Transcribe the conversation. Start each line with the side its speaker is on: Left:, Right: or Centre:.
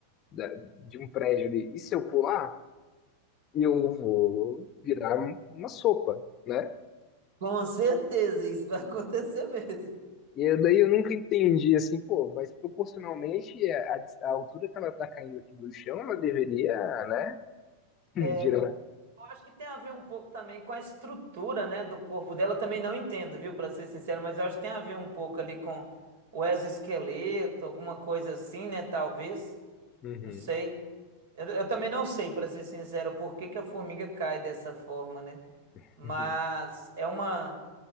Left: da- de um prédio ali, e se eu pular, eu vou virar um, uma sopa, né?
Right: Com certeza, isso vai <laughs> acontecer mesmo.
Left: E daí eu nunca entendi assim, pô, mas proporcionalmente é, a, a altura que ela está caindo aqui do chão, ela deveria, né,
Right: É,
Left: virar.
Right: eu acho que tem a ver um pouco também com a estrutura, né, do corpo dela. Eu também não entendo, viu, para ser sincero, mas eu acho que tem a ver um pouco ali com o exoesqueleto, alguma coisa assim, né, talvez.
Left: Uhum.
Right: Não sei. Eu, eu também não sei, para ser sincero, por que que a formiga cai dessa forma, né?
Left: <laughs>
Right: Mas é uma